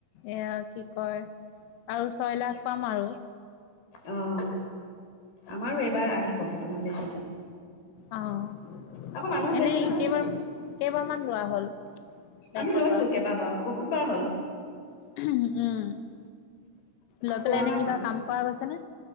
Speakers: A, on the left; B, on the left.
A: এয়া কি কয় আৰু ছয় লাখ পাম আৰু।
B: অ', আমাৰো এইবাৰ আহিব কেইটামান বেছিকে।
A: অ',
B: আকৌ মানুহো
A: এনেই
B: বেছি নহয়
A: কেইবাৰ কেইবাৰ মান লোৱা হ'ল? বেংকৰ
B: আমি লৈছো
A: পৰা
B: কেইবা বাৰু বহুত বাৰ হ'ল।
A: উম। লৈ
B: পুৰণা
A: পেলাই এনে কিবা
B: গোট
A: কাম কৰা গৈছে নে?